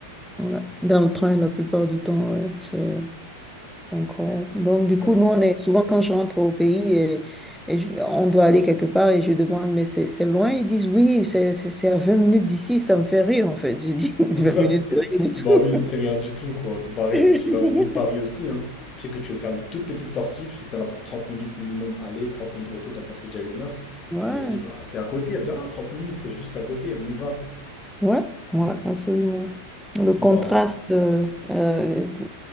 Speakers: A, in the centre; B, on the left.
A: ouais. Dans le train, la plupart du temps, ouais, c'est. Incroyable. Donc, du
B: Ben,
A: coup, nous,
B: ouais.
A: on est souvent quand je rentre au pays et, et je- on doit aller quelque part et je demande, mais c'est c'est loin? Ils disent, oui, c'est c'est- c'est à vingt minutes d'ici, ça me fait rire en fait. Je dis, <laughs> 20
B: <laughs>
A: minutes, c'est rien du tout.
B: Bah oui, c'est rien du tout, quoi, comparé
A: <laughs>
B: à quand tu vas à Paris aussi, hein. Tu sais que tu veux faire une toute petite sortie, tu sais que t'en as pour 30 minutes minimum aller, 30 minutes retour, donc ça se fait déjà une heure.
A: Ouais,
B: Et on se dit, bah c'est à côté, on dit, ah, 30 minutes, c'est juste à côté, on y va.
A: ouais, ouais, absolument. Le
B: C'est
A: contraste
B: marrant.
A: euh, euh,